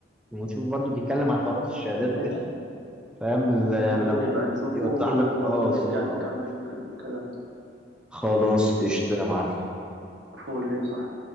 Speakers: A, in the centre; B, on the right.
A: وتشوف برضو بيتكلم عن حوارات
B: م-
A: الشهادات
B: ماشي
A: وكده فاهم ل-
B: ممكن
A: يعني لو
B: نبقى نشوفه
A: يوضح
B: وبرضه
A: لك اه
B: نرجع
A: الصورة
B: نكمل
A: اكتر
B: في كلامنا
A: خلاص قشطة يا معلم
B: فول ليه صح